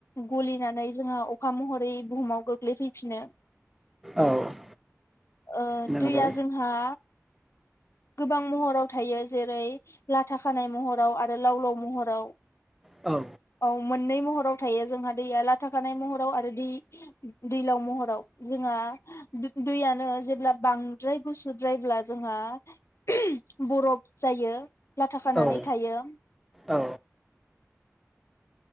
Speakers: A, on the left (about 60°); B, in the centre.
A: गलिनानै जोंहा अखा महरै बुहुमाव गोग्लैफैफिनो
B: औ औ
A: ओ
B: नंगौ
A: दैया जों हा गोबां महराव थायो जेरै लाथा खानाय महराव आरो लाव लाव महराव
B: औ
A: औ मोननै महराव थायो जोंहा दैया लाथाखानाय महराव आरो दै-दैलाव महराव जोंहा दैयानो जेब्ला बांद्राय गुसुद्रायब्ला जोंहा <unintelligible> बरफ जायो। लाथा खानानै
B: औ
A: थायो
B: औ